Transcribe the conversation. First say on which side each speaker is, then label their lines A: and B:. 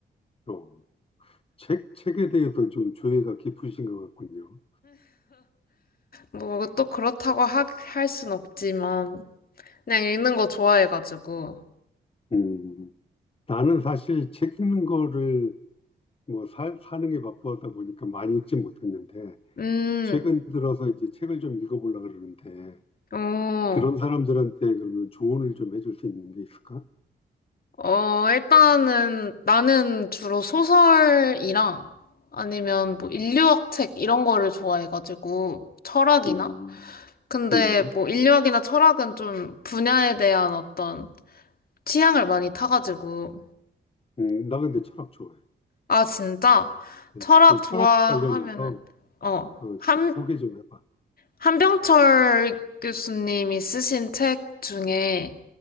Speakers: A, on the left; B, on the left.
A: 또, 책, 책에 대해서 좀 조예가 깊으신 것 같군요.
B: 뭐 또 그렇다고 하, 할 순 없지만 그냥 읽는 거 좋아해가지고.
A: 음, 나는 사실 책 읽는 거를 뭐 사, 사는 게 바쁘다 보니까 많이 읽지 못했는데,
B: 음,
A: 최근 들어서 이제 책을 좀 읽어보려고 그러는데,
B: 어.
A: 그런 사람들한테 그러면 조언을 좀 해줄 수 있는 게 있을까?
B: 어, 일단은 나는 주로 소설이랑 아니면 뭐 인류학 책 이런 거를 좋아해가지고 철학이나?
A: 음,
B: 근데
A: 음,
B: 뭐 인류학이나 철학은 좀 분야에 대한 어떤 취향을 많이 타가지고
A: 음, 나 근데 철학 좋아해.
B: 아, 진짜?
A: 음,
B: 철학
A: 그럼
B: 좋아하면은
A: 철학 관련해서
B: 어,
A: 어, 좀
B: 한,
A: 소개 좀 해봐.
B: 한병철 교수님이 쓰신 책 중에